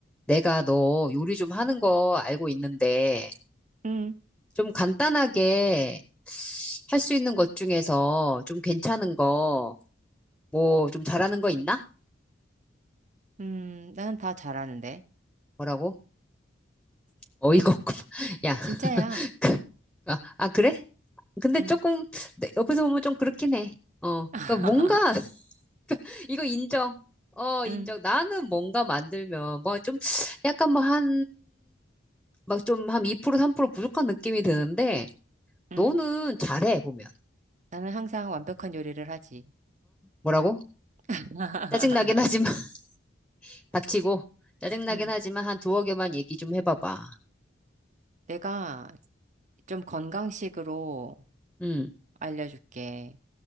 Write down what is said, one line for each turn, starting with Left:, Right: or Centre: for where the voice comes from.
Centre: 내가 너 요리 좀 하는 거 알고 있는데,
Right: 응,
Centre: 좀 간단하게 할 수 있는 것 중에서 좀 괜찮은 거, 뭐 좀 잘하는 거 있나?
Right: 음, 나는 다 잘하는데.
Centre: 뭐라고? 어이가 없구만. <laughs> 야,
Right: 진짜야.
Centre: 그, 아, 아, 그래? 근데
Right: 응,
Centre: 조금 내- 옆에서 보면 좀 그렇긴 해. 어,
Right: <laughs>
Centre: 그러니까 뭔가 <laughs> 이거 인정. 어, 인정.
Right: 응,
Centre: 나는 뭔가 만들면 뭐 좀 약간 뭐 한, 막 좀 한 2% 3% 부족한 느낌이 드는데,
Right: 응.
Centre: 너는 잘해, 보면.
Right: 나는 항상 완벽한 요리를 하지.
Centre: 뭐라고?
Right: <laughs>
Centre: 짜증나긴 하지만, <laughs> 닥치고, 짜증나긴
Right: 응.
Centre: 하지만 한 두어 개만 얘기 좀 해봐봐.
Right: 내가 좀 건강식으로
Centre: 음.
Right: 알려줄게.